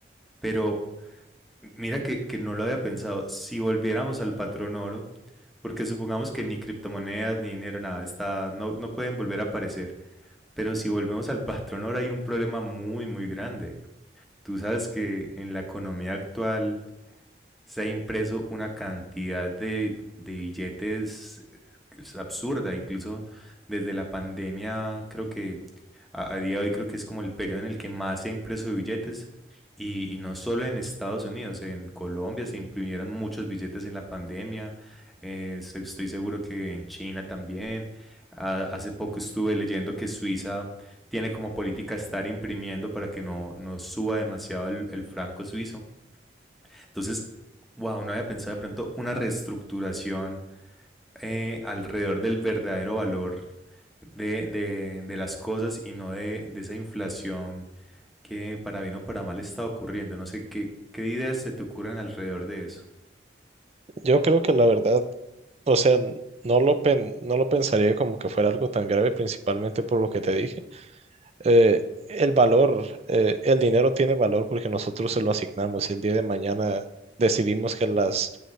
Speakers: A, in the centre; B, on the right.
A: Pero mira que, que no lo había pensado, si volviéramos al patrón oro porque supongamos que ni criptomonedas, ni dinero, nada, está, no, no pueden volver a aparecer. Pero si volvemos al patrón, ahora hay un problema muy, muy grande. Tú sabes que en la economía actual se ha impreso una cantidad de, de billetes eh, que es absurda. Incluso desde la pandemia creo que a, a día de hoy creo que es como el periodo en el que más se ha impreso billetes. Y, y no solo en Estados Unidos, en Colombia se imprimieron muchos billetes en la pandemia. eh, se- estoy seguro que en China también. Ah, hace poco estuve leyendo que Suiza tiene como política estar imprimiendo para que no, no suba demasiado el, el franco suizo. Entonces, wow, no había pensado de pronto una reestructuración eh, alrededor del verdadero valor de, de- de las cosas y no de, de esa inflación que para bien o para mal está ocurriendo. No sé qué, qué ideas se te ocurren alrededor de eso.
B: Yo creo que la verdad, o sea, no lo, pen- no lo pensaría como que fuera algo tan grave, principalmente por lo que te dije. eh, el valor, eh, el dinero tiene valor porque nosotros se lo asignamos y el día de mañana decidimos que las,